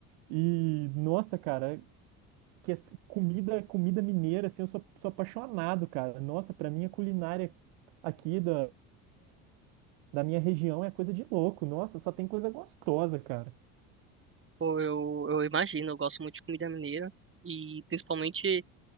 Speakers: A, on the right; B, on the right.
A: E, nossa, cara, que es- comida, comida mineira, assim, eu sou, sou apaixonado, cara. Nossa, pra mim a culinária aqui da, da minha região é coisa de louco. Nossa, só tem coisa gostosa, cara.
B: Pô, eu, eu imagino, eu gosto muito de comida mineira. E principalmente